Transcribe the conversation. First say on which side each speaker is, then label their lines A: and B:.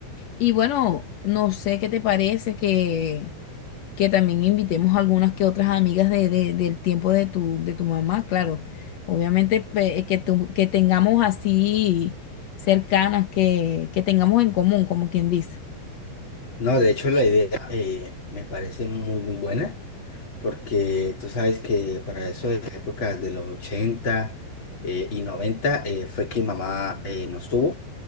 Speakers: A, on the left; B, on the left.
A: y bueno, no sé qué te parece que que también invitemos algunas que otras amigas de, de- del tiempo de tu, de tu mamá, claro. Obviamente pe- que, tu- que tengamos así cercanas, que, que tengamos en común, como quien dice.
B: No, de hecho la idea eh, me parece muy, muy buena. porque tú sabes que para eso de las épocas de los ochenta eh, y noventa eh, fue que mamá eh, nos tuvo,